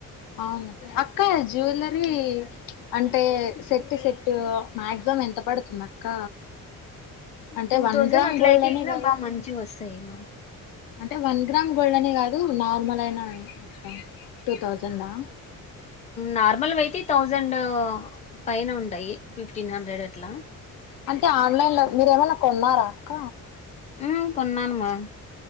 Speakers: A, on the left; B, on the left.
A: అవును అక్కా జ్వేలేరి అంటే సెట్టు సెట్టు మాక్సిమం ఎంత పడుతుంది అక్క అంటే
B: టూ
A: వన్
B: థౌసండ్
A: గ్రామ్
B: అట్ల
A: గోల్డ్
B: అయితే
A: అనే
B: గీనా
A: కాదు
B: బా మంచి వస్తాయి మ
A: అంటే వన్ గ్రామ్ గోల్డ్ అనే కాదు నార్మల్ అయినా అక్క టూ తౌజండ్ ఆ
B: నార్మల్ వయితే థౌజండ్ పైన ఉంటాయి ఫిఫ్టీన్ హండ్రెడ్ అట్లా
A: అంటే ఆన్లైన్ లో మీర్ ఏమనా కొన్నారా అక్క
B: హ్మ్ కొన్నాను మ